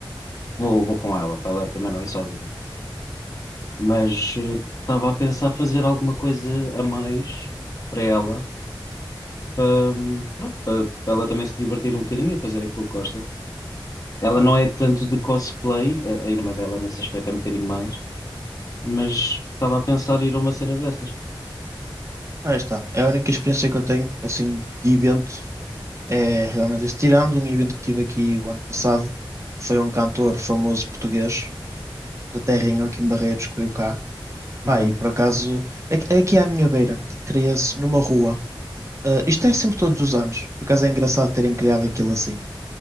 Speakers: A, on the left; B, on the right.
A: vou, vou com ela, para ela também não ir sozinha. Mas eh, estava a pensar fazer alguma coisa a mais para ela, hum, pronto, para, para ela também se divertir um bocadinho e fazer aquilo que gosta. Ela
B: Ah,
A: não é tanto de cosplay, a, a irmã dela nesse aspecto é um bocadinho mais, mas estava a pensar ir a uma cena destas.
B: aí está. É a única experiência que eu tenho, assim, de evento. É realmente isso. Tirando um evento que tive aqui o ano passado, que foi um cantor famoso português, da terrinha aqui em Barreiros que veio cá.
A: Uhum.
B: Pá, e por acaso, é que- é aqui à minha beira, cria-se numa rua. Ah, isto é sempre todos os anos, por acaso é engraçado terem criado aquilo assim.